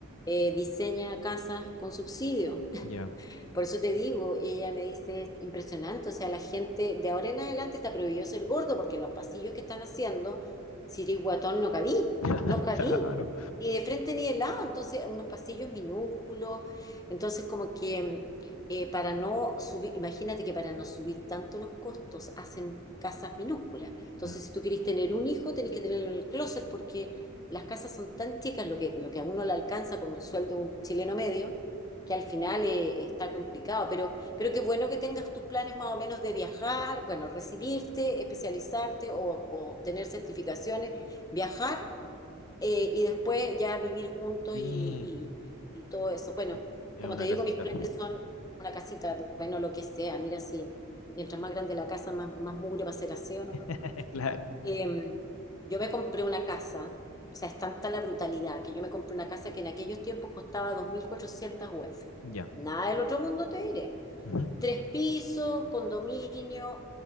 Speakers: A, on the left (about 15°); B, on the left (about 80°).
A: eh, diseña casas con subsidio.
B: Ya,
A: Por eso te digo, ella me dice, es impresionante, o sea, la gente de ahora en adelante está prohibido ser gordo porque los pasillos que están haciendo, si eres guatón no cabí,
B: <laughs>
A: no cabí,
B: Claro,
A: ni de frente ni de lado, entonces unos pasillos minúsculos, entonces como que eh, para no subir, imagínate que para no subir tanto los costos hacen casas minúsculas, entonces
B: claro.
A: si tú querés tener un hijo tenés que tenerlo en el closet porque las casas son tan chicas, lo que, lo que a uno le alcanza con un sueldo de un chileno medio, que al final eh, está complicado, pero, pero qué bueno que tengas tus planes más o menos de viajar, bueno, recibirte, especializarte o, o tener certificaciones, viajar eh, y después ya vivir juntos
B: Sí,
A: y, y- y todo
B: y,
A: eso. Bueno,
B: y te- tiene
A: como
B: una
A: te digo,
B: casita.
A: mis planes son una casita, bueno, lo que sea, mira si mientras más grande la casa, más, más mugre va a ser aseo, ¿no?
B: <laughs> Claro,
A: Em, yo me compré una casa, o sea, es tanta la brutalidad que yo me compré una casa que en aquellos tiempos costaba 2.400 UF.
B: ya.
A: Nada del otro mundo te diré.
B: Ujú.
A: Tres pisos, condominio.